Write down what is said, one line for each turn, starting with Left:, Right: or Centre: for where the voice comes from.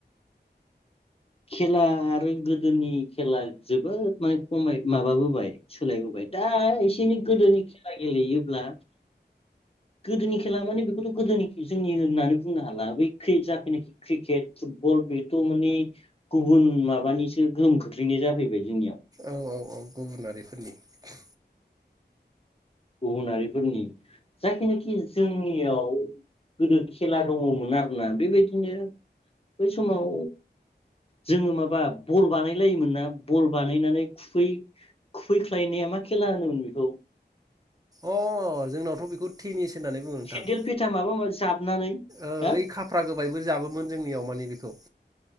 Left: खेला आरो गोदोनि खेला जोबोद माने खमाय माबाबोबाय सोलायबोबाय दा बिनि गोदोनि खेला गेलेयोब्ला गोदोनि खेला माने बेखौथ' गोदोनि जोंनि होननानै बुंनो हाला बै खै जाखनाखि क्रिकेट फुटबल बेथ' माने गुबुन माबानिसो गोहोम खोख्लैनाय जाफैबाय जोंनियाव।
Right: औ औ औ गुबुनारिफोरनिसो।
Left: गुबुनारिफोरनि जाखिनाखि जोंनियाव गोदो खेला दङमोन आरोना बेबायदिनो बै समाव जोङो माबा बल बानायलायोमोन ना बल बानायनानै खुुबै खुैख्लायनाया मा खेला होनोमोन बे खौ?
Right: अ जोंनावथ' बेखौ टेनिस होननानै बुङो नोंथां?
Left: सेन्देल फेथा माबा माबि जाबनानै
Right: ओइ
Left: हो
Right: खाफ्रा गोबायबो जाबोमोन जोंनियाव मानि बेखौ।